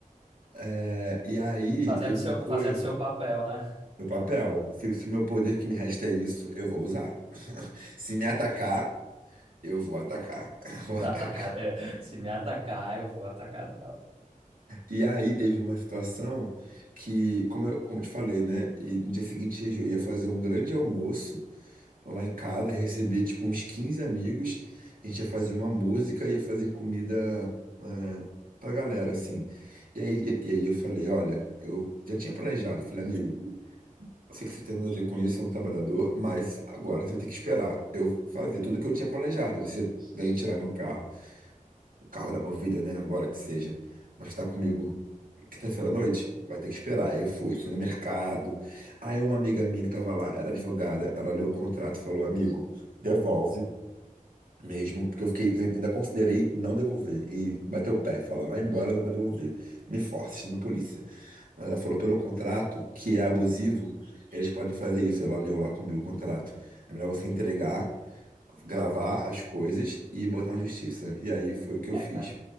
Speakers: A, on the right; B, on the right.
A: É, e aí
B: Fazendo
A: teve
B: seu,
A: uma coisa,
B: fazendo seu papel, né?
A: meu papel. Se, se meu poder que me resta é isso, eu vou usar. <laughs> Se me atacar, eu vou atacar. <laughs> Eu vou atacar.
B: Atacar, é, se me atacar, eu vou atacar de volta.
A: E aí teve uma situação que, como eu, como eu te falei, né? E no dia seguinte eu ia fazer um grande almoço lá em casa, receber tipo uns 15 amigos. A gente ia fazer uma música, ia fazer comida, é, pra galera, assim. E aí, e, e aí eu falei, olha, eu já tinha planejado, falei, amigo. Eu sei que você tem nada a ver com isso, é um trabalhador, mas agora você vai ter que esperar eu fazer tudo o que eu tinha planejado. Você vem tirar meu carro, o carro da Movida, né? Agora que seja. Mas tá comigo quinta-feira à noite? Vai ter que esperar. Aí eu fui, fui no mercado. Aí uma amiga minha que tava lá, era advogada, ela leu o contrato e falou: amigo, devolve mesmo, porque eu fiquei, eu ainda considerei não devolver. E bateu o pé, falar: vai embora, eu não vou devolver. Me force, chama a polícia. Mas ela falou pelo contrato, que é abusivo, eles podem fazer isso. Ela leu lá comigo o contrato. É melhor você entregar, gravar as coisas e botar na justiça. E aí foi o que eu
B: É,
A: fiz
B: cara.